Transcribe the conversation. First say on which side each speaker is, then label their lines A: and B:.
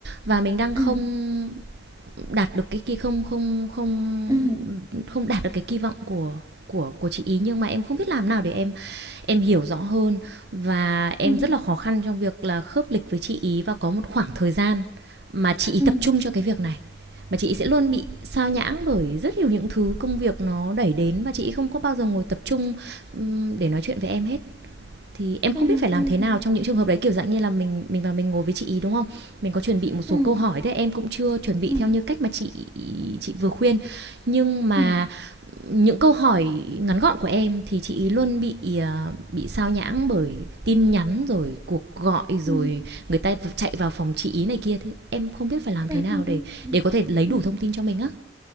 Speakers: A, on the right (about 55°); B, on the right (about 15°).
A: và mình đang
B: ừ
A: không đạt được cái kỳ không không không
B: ừ
A: không đạt được cái kỳ vọng của của của chị ý nhưng mà em không biết làm nào để em em hiểu rõ hơn và em
B: ừ
A: rất là khó khăn trong việc là khớp lịch với chị ý và có một khoảng thời gian mà chị ý
B: ừ
A: tập trung cho cái việc này mà chị ý sẽ luôn
B: ừ
A: bị sao nhãng bởi rất nhiều những thứ công việc nó đẩy đến và chị ý không có bao giờ ngồi tập trung để nói chuyện với em hết thì em không
B: ừ
A: biết phải làm thế nào trong những trường hợp đấy, kiểu dạng như là, mình mình vào mình ngồi với chị ý đúng không? Mình có chuẩn bị một số
B: ừ ừ
A: câu hỏi, thế em cũng chưa chuẩn bị
B: ừ
A: theo như cách mà chị chị vừa khuyên. Nhưng mà
B: ừ
A: những câu hỏi ngắn gọn của em thì chị ý luôn bị, ờ, bị sao nhãng bởi tin nhắn, rồi cuộc gọi, rồi
B: ừ ừ
A: người ta chạy vào phòng chị ý này kia, thế em không biết phải làm
B: ừ
A: thế nào
B: ừ
A: để
B: ừ
A: để có thể lấy
B: ừ.
A: đủ thông tin cho mình á.